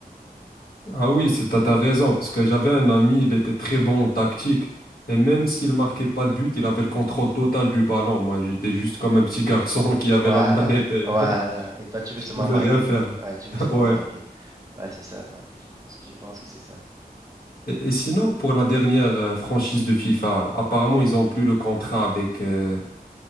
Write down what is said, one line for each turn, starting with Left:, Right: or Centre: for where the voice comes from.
Left: Ah oui, c'est- t'as, t'as raison, parce que j'avais un ami, il était très bon en tactique. Et même s'il marquait pas de but, il avait le contrôle total du ballon. Moi, j'étais juste comme un petit garçon <laughs> qui avait
Right: Voilà,
Left: la manette et
Right: voilà.
Left: <laughs>
Right: Et toi, tu veux
Left: je
Right: seulement
Left: pouvais
Right: marquer.
Left: rien faire.
Right: Ouais, tu veux
Left: <laughs>
Right: seulement
Left: Ouais.
Right: marquer. Ouais, c'est ça. Donc, je pense que je pense que c'est ça.
Left: Et, et sinon, pour la dernière euh, franchise de FIFA, apparemment, ils ont plus le contrat avec, euh,